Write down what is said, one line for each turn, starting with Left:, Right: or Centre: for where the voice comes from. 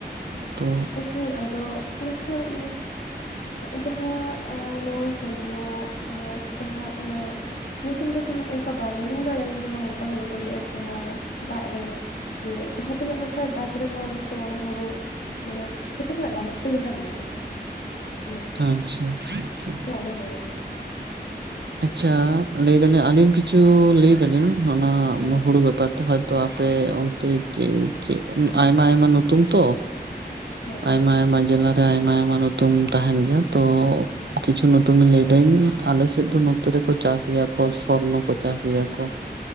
Right: ᱛᱚ
Left: ᱩᱦᱩᱸ ᱟᱫᱚ ᱤᱱᱟ ᱠᱷᱟᱱ ᱮᱸ ᱡᱟᱦᱟᱸ ᱟ ᱱᱚᱣᱟ ᱛᱚ ᱱᱚᱜ ᱟᱨ ᱡᱟᱦᱟᱸ ᱚᱱᱟ ᱧᱩᱛᱩᱢ ᱫᱚ ᱴᱷᱤᱠ ᱚᱝᱠᱟ ᱵᱟᱝᱞᱤᱧ ᱵᱟᱲᱟᱭᱟ ᱡᱟᱦᱟᱸ ᱢᱚᱴᱟ ᱦᱩᱲᱩ ᱠᱚ ᱞᱟᱹᱭᱮᱼᱟ ᱡᱟᱦᱟᱸ ᱫᱟᱜ ᱨᱮ ᱡᱮ ᱡᱟᱦᱟᱸ ᱛᱤᱱᱟᱹᱜ ᱱᱚᱝᱠᱟᱭ ᱫᱟᱜ ᱨᱮ ᱦᱚᱸᱭᱛᱚ ᱚᱱᱟ ᱦᱳᱲᱳ ᱢᱟᱱᱮ ᱡᱷᱚᱛᱚ ᱠᱷᱚᱱᱟᱜ ᱞᱟᱥᱛᱮ ᱡᱟᱦᱟᱸ ᱵᱤᱞᱤᱜᱼᱟ ᱤᱱᱟᱹᱠᱷᱟᱱ
Right: ᱟᱪᱪᱷᱟ ᱟᱪᱪᱷᱟ
Left: ᱥᱮ ᱚᱱᱟ ᱦᱩᱲᱩ
Right: ᱟᱪᱪᱷᱟ ᱞᱮᱹᱭᱫᱟᱞᱤᱧ ᱟᱹᱞᱤᱧ ᱠᱤᱪᱷᱩ ᱞᱮᱹᱭᱫᱟᱞᱤᱧ ᱚᱱᱟ
Left: ᱦᱮᱸ
Right: ᱦᱩᱲᱩ ᱵᱮᱯᱟᱨ ᱛᱚ ᱦᱚᱭᱛᱚ ᱟᱯᱮ ᱚᱱᱛᱮ ᱪᱮᱜ ᱪᱮᱜ ᱟᱭᱢᱟ ᱟᱭᱢᱟ ᱱᱩᱛᱩᱢ ᱛᱚ
Left: ᱦᱮᱸ
Right: ᱟᱭᱢᱟ ᱟᱭᱢᱟ ᱡᱮᱞᱟᱨᱮ ᱟᱭᱢᱟ ᱟᱭᱢᱟ ᱱᱩᱛᱩᱢ ᱛᱟᱦᱮᱱ ᱜᱮᱭᱟ ᱛᱚ
Left: ᱦᱮᱸ
Right: ᱠᱤᱪᱷᱩ ᱱᱩᱛᱩᱢ ᱤᱧ ᱞᱟᱹᱭ ᱫᱟᱹᱧ ᱟᱞᱮᱥᱮ ᱦᱮᱛᱚ ᱱᱚᱛᱮ ᱨᱮᱠᱚ ᱪᱟᱥ ᱜᱮᱭᱟ ᱠᱚ ᱥᱚᱨᱱᱚ ᱠᱚ ᱪᱟᱥ ᱜᱮᱭᱟ ᱠᱚ